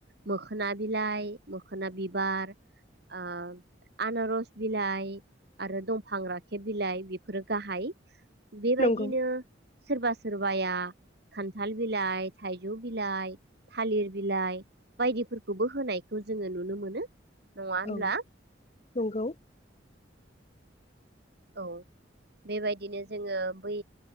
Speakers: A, on the right; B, on the left.
A: मोखोना बिलाइ मोखोना बिबार ओ आनारस बिलाइ आरो दंफां राखेब बिलाइ बेफोरो गाहाय। बेबायदिनो
B: नंगौ
A: सोरबा सोर बाया खान्थाल बिलाइ, थाइजौ बिलाइ, थालिर बिलाइ बायदिफोरखौबो होनायखौ जोङो नुनो मोनो। नङा होनब्ला
B: औ नंगौ।
A: औ बेबायदिनो जोङो बै